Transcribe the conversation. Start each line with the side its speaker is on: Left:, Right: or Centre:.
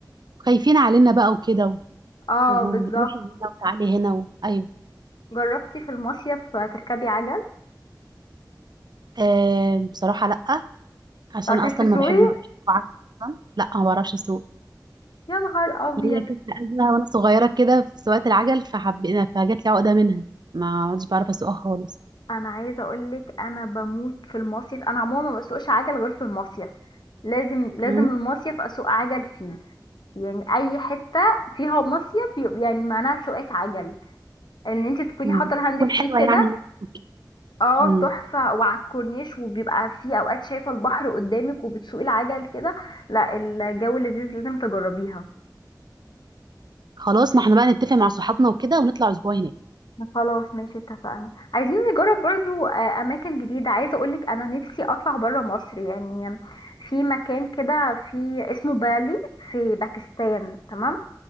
Right: خايفين علينا بقى وكده و-
Left: اه
Right: وروحي
Left: بالظبط
Right: هنا وتعالي هنا و... ايوه
Left: جربتي في المصيف تركبي عجل
Right: آه بصراحه لا عشان
Left: متعرفيش
Right: اصلا
Left: تسوقي
Right: ما بحب ما بعرفش اسوق عجل اصلا لا ما بعرفش اسوق
Left: يا نهار ابيض
Right: ليا كذا ازمه وانا صغيره كده في سواقه العجل فحبينا فجات لي عقده منها ما عدتش بعرف اسوقها خالص
Left: انا عايزه اقولك انا بموت في المصيف انا عموما ما بسوقش عجل غير في المصيف لازم لازم
Right: امم
Left: المصيف اسوق عجل فيه يعني اي حته فيها مصيف يبقى يعني معناها سواقه عجل ان انت تكوني
Right: أمم.
Left: حاطه الهاند
Right: تكون
Left: فري
Right: حلوه
Left: كده
Right: يعني هناك وكده.
Left: اه
Right: أمم.
Left: تحفه وعلى الكورنيش وبيبقى في اوقات شايفه البحر قدامك وبتسوقي العجل كده لا الجو لذيذ لازم تجربيها
Right: خلاص ما احنا بقى نتفق مع صحابنا وكده ونطلع اسبوع هناك
Left: خلاص ماشي اتفقنا عايزين نجرب برضو آه، اماكن جديده عايزه اقولك انا نفسي اطلع برا مصر يعني في مكان كده في اسمه بالي في باكستان تمام